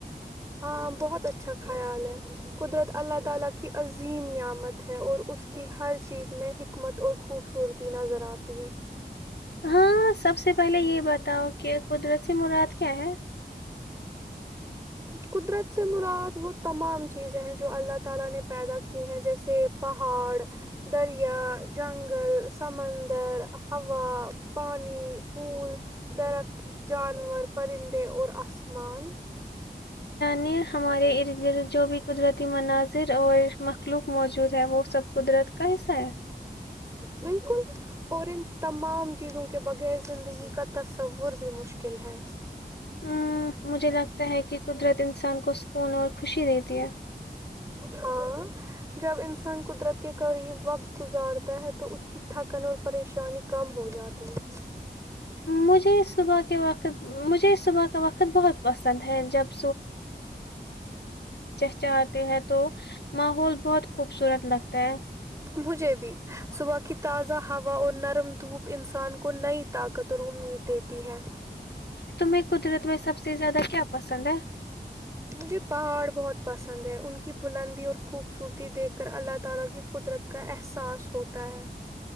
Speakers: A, on the right (about 15°); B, on the left (about 75°).
A: ہاں بہت اچھا خیال ہے قدرت اللہ تعالی کی عظیم نعمت ہے اور اس کی ہر چیز میں حکمت اور خوبصورتی نظر آتی ہے
B: ہاں سب سے پہلے یہ بتاؤ کہ قدرتی سی مراد کیا ہے
A: قدرت سے مراد وہ تمام چیزیں ہیں جو اللہ تعالی نے پیدا کی ہیں جیسے پہاڑ دریا جنگل سمندر ہوا پانی پھول درخت جانور پرندے اور اسمان
B: نے ہمارے ارد گرد جو بھی قدرتی مناظر اور مخلوق موجود ہے وہ سب قدرت کاس ہے
A: بالکل اور ان تمام چیزوں کے بغیر زندگی کا تصور بھی مشکل ہے
B: ہ مجھے لگتا ہے کہ قدرت انسان کو سکون اور خوشی دیتی ہے
A: ہاں جب انسان قدرت کے قریب وقت گزارتا ہے تو اس کی تھکن اور پریشانی کم ہو جاتی ہے
B: مجھے صبح کے وقت مجھے صبح کا وقت بہت پسند ہے جب چاہتے ہیں تو ماحول بہت خوبصورت لگتا ہے
A: مجھے بھی صبح کی تازہ ہوا اور نرم دھوپ انسان کو نئی طاقت اور امید دیتی ہے
B: تمہیں قدرت میں سب سے زیادہ کیا پسند ہے <unintelligible>
A: مجھے پہاڑ بہت پسند ہے ان کی بلندی اور خوبصورتی دیکھ کر اللہ تعالی کی قدرت کا احساس ہوتا ہے